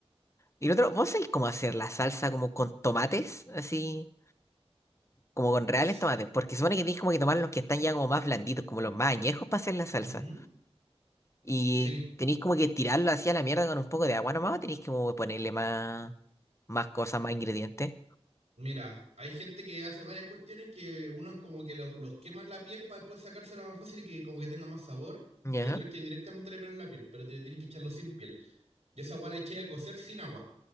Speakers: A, on the left; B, on the right.
A: Y lo otro, ¿vos sabéis cómo hacer la salsa como con tomates? Así, como con reales
B: Es-
A: tomates, porque supone que tienes como que tomar los que están ya como más blanditos, como los más añejos para hacer la salsa.
B: Ujú.
A: Y
B: Sí,
A: tenéis como que tirarlo así a la mierda con un poco de agua nomás, o tenéis como que ponerle más, más cosas, más ingredientes.
B: mira, hay gente que hace varias cuestiones que uno es como que los, los queman la piel para después sacársela más fácil y que como que tenga más sabor.
A: Ya,
B: O hay otros que directamente le pegan la piel, pero te tenés que echarlo sin piel. Yo esa agua la eché a cocer sin agua.